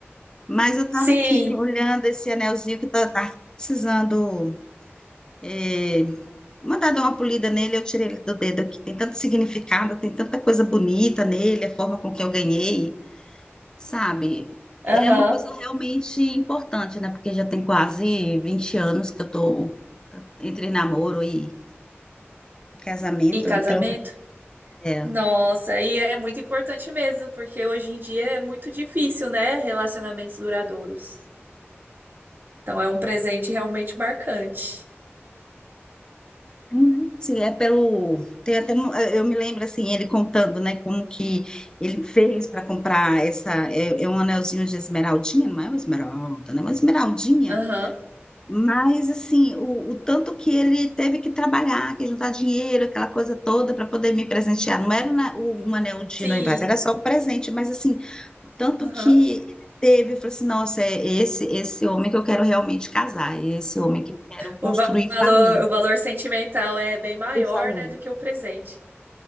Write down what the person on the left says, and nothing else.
Mas eu estava
aqui olhando esse anelzinho que tá, tá precisando é, mandar dar uma polida nele. Eu tirei ele do dedo aqui. Tem tanto significado, tem tanta coisa bonita nele, a forma com que eu ganhei. Sabe?
É uma coisa realmente importante, né? Porque já tem quase 20 anos que eu tô entre namoro e casamento,
então é.
Uhum. Sim, é pelo. Tem até um- eu me lembro assim, ele contando, né, como que ele fez para comprar essa. É, é um anelzinho de esmeraldinha, não é uma esmeralda, né? Uma esmeraldinha.
Mas, assim, o, o tanto que ele teve que trabalhar, que juntar dinheiro, aquela coisa toda, para poder me presentear. Não era na- o- um anel de
noivado, era só o presente. Mas, assim, o tanto
que ele teve, eu falei assim: nossa, é esse, esse homem que eu quero realmente casar, é esse homem que eu quero
construir
família.
O valor.